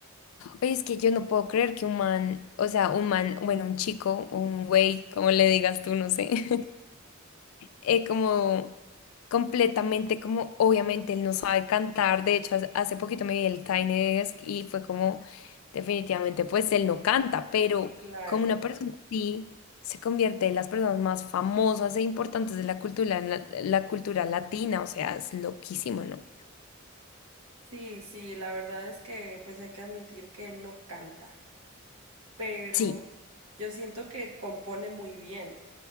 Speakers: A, on the left; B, on the right.
A: Oye, es que yo no puedo creer que un man, o sea, un man, bueno, un chico, un güey, como le digas tú, no sé, eh, como completamente como obviamente él no sabe cantar, de hecho hace hace poquito me vi el Tiny Desk y fue como definitivamente pues él no canta, pero
B: Claro,
A: como una persona así se convierte en las personas más famosas e importantes de la cultura, la, la cultura latina, o sea, es loquísimo, ¿no?
B: sí, sí, la verdad es que pues hay que admitir que él no canta, pero
A: Sí,
B: yo siento que compone muy bien.